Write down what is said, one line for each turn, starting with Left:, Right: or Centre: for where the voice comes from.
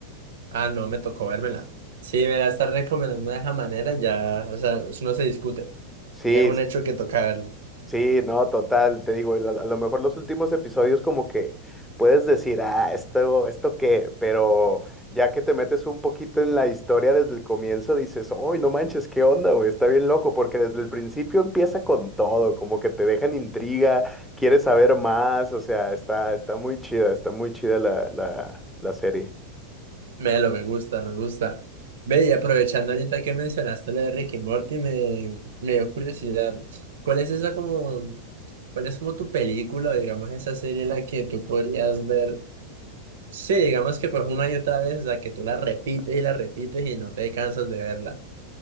Right: Ah, no, me tocó vérmela. Sí, me la estás recomendando de esa manera, ya, o sea, eso no se discute.
Centre: Sí,
Right: Es un hecho que toca verlo.
Centre: Sí, no, total, te digo, a, a lo mejor los últimos episodios como que puedes decir, ah, esto, esto qué, pero ya que te metes un poquito en la historia desde el comienzo, dices, uy, no manches, qué onda, güey, está bien loco, porque desde el principio empieza con todo, como que te dejan intriga, quieres saber más, o sea, está, está muy chida, está muy chida la, la, la serie.
Right: Melo, me gusta, me gusta. Ve, y aprovechando ahorita que mencionaste lo de Ricky y Morty, me, me dio curiosidad. ¿Cuál es esa como, cuál es como tu película, digamos, esa serie en la que tú podrías ver? Sí, digamos que pues una y otra vez, o sea, que tú la repites y la repites y no te cansas de verla.